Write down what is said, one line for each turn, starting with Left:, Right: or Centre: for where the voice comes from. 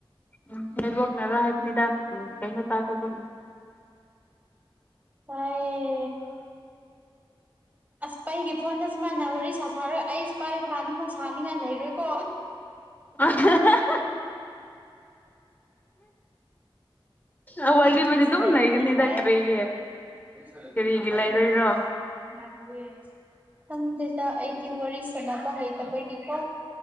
Left: ꯎꯝ ꯅꯦꯠꯋꯥꯔꯛ ꯅꯔ ꯍꯥꯏꯕꯅꯤꯗ ꯎꯝ ꯀꯩꯅꯣ ꯇꯥꯗꯕꯒꯤ
Right: ꯇꯥꯏꯌꯦ ꯑꯁ ꯑꯩꯒꯤ ꯐꯣꯟꯗ ꯁꯨꯃꯥꯏꯅ ꯋꯥꯔꯤ ꯁꯥ ꯁꯥꯔꯒ ꯑꯩ ꯄꯥꯏꯕ ꯀꯥꯟꯗ ꯃꯨꯛ ꯁꯥꯅꯤꯡꯉꯥꯏ ꯂꯩꯔꯣꯏꯀꯣ
Left: ꯑꯍꯥ ꯍꯥ ꯍꯥ ꯑ ꯋꯥꯔꯤꯕꯨꯗꯤ
Right: ꯏꯁ
Left: ꯑꯗꯨꯝ
Right: ꯂꯩꯒꯅꯤ
Left: ꯂꯩꯒꯅꯤꯗ
Right: ꯍꯥꯏꯌꯦ
Left: ꯀꯔꯤꯒꯤ
Right: ꯁꯂꯦ ꯑꯗꯨ
Left: ꯀꯔꯤꯒꯤ
Right: ꯐ
Left: ꯂꯩꯔꯣꯏꯔꯣ
Right: <inaudible> ꯈꯪꯗꯦꯗ ꯑꯩꯗꯤ ꯋꯥꯔꯤ ꯁꯥꯟꯅꯕ ꯍꯩꯇꯕꯒꯤꯀꯣ